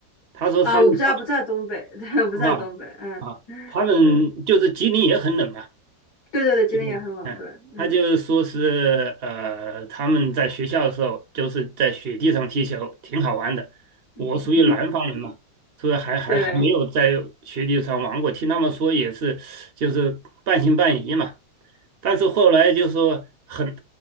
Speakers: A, on the right (about 50°); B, on the left (about 55°).
A: 他说他们上
B: 啊，我不在不在东北，<laughs> 对，不在东北，
A: 啊
B: 嗯，
A: 啊，他们就是吉林也很冷啊。
B: 对，对对对，吉林也很冷，
A: 嗯，嗯，
B: 对，嗯
A: 他就是说是呃，他们在学校的时候就是在雪地上踢球，挺好玩的。我属于南方人嘛，
B: 嗯，
A: 所以还还还没有在雪地上玩过。
B: 对，
A: 听他们说也是，就是半信半疑嘛。但是后来就说很